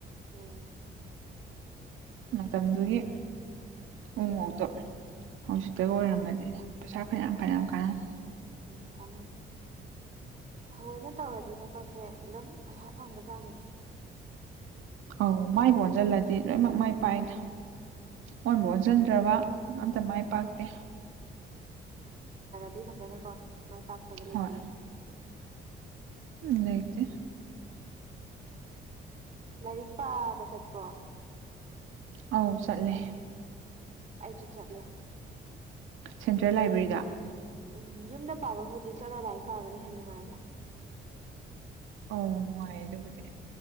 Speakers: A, on the right; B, on the right.
A: ꯎꯝ
B: ꯃꯇꯝꯗꯨꯒꯤ ꯎꯃꯣꯔꯣꯛꯇꯣ ꯍꯧꯖꯤꯛꯇꯒ ꯑꯣꯏꯔꯝꯃꯗꯤ ꯄꯩꯁꯥ ꯐꯅꯌꯥꯝ ꯐꯅꯌꯥꯝ ꯀꯥꯟꯅꯅꯤ
A: ꯎꯝ ꯀꯥꯟꯅꯅꯤ ꯊꯑꯣꯏꯅ ꯇꯧꯔꯗꯤ ꯊꯕꯛꯁꯦ ꯑꯗꯨꯝ ꯄꯩꯁꯥ ꯐꯪꯕ ꯖꯥꯠꯅꯤꯗ
B: ꯑꯧ ꯃꯥꯏ ꯒꯥ ꯑꯣꯟꯁꯤꯜꯂꯗꯤ ꯂꯣꯏꯅꯃꯛ ꯃꯥꯏ ꯄꯥꯛ
A: ꯎꯝ
B: ꯏꯗꯥ ꯑꯣꯟꯕꯨ ꯑꯣꯟꯁꯤꯟꯗ꯭ꯔꯕ ꯑꯝꯇ ꯃꯥꯏ ꯄꯥꯛꯇꯦ
A: ꯐꯗꯤ ꯐꯖꯅꯀꯣ ꯃꯥꯏ ꯄꯥꯛꯇꯕ ꯂꯩꯇꯦꯗꯣ
B: ꯍꯣꯏ ꯎꯝ ꯂꯩꯥꯇꯦ
A: ꯂꯥꯏꯔꯤꯛ ꯄꯥꯕ ꯆꯠꯄ꯭ꯔꯣ
B: ꯑꯧ ꯆꯠꯂꯦ
A: ꯑꯩꯁꯨ ꯆꯠꯂꯦ
B: ꯁꯦꯟꯇ꯭ꯔꯦꯜ ꯂꯥꯏꯕ꯭ꯔꯦꯔꯤꯗ
A: ꯎꯝ ꯌꯨꯝꯗ ꯄꯥꯕꯕꯨꯗꯤ ꯆꯠꯂ ꯂꯥꯏꯔꯤꯛ ꯄꯥꯕꯅ ꯍꯦꯟꯅ ꯅꯨꯡꯉꯥꯏꯗ
B: ꯑꯧ ꯅꯨꯡꯉꯥꯏꯌꯦ ꯑꯗꯨꯕꯨꯗꯤ